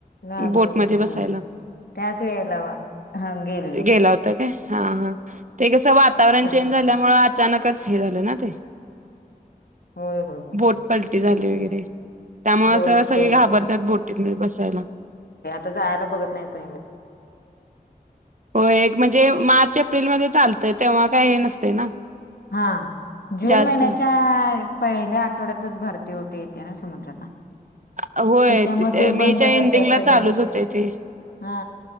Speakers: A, on the left; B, on the right.
A: घाबरत
B: बोटमध्ये
A: होत
B: बसायला.
A: थोड त्याच वेळेला हां गेली
B: गेला होता का हा हा ते वातावरण
A: तर
B: चेंज झाल्यामुळे अचानकच हे झालं ना ते.
A: होय होय होय
B: बोट पलटी झाली
A: तेच
B: वगैरे. त्यामुळं
A: बोटच
B: तर सगळे घाबरतात बोटीत बसायला.
A: तं जायला बघत नाही तु
B: हो एक म्हणजे मार्च एप्रिलमध्ये चालतय तेव्हा काय हे नसते ना.
A: हा जून
B: जास्त
A: महिन्याच्या पहिल्या आठवड्यातच भरती ओटी येते ना समुद्राला.
B: होय
A: त्याच्यामुळे ते बंद
B: मेच्या
A: करतात
B: एंडिंगला
A: सगळं
B: चालूच होतय ते
A: हा.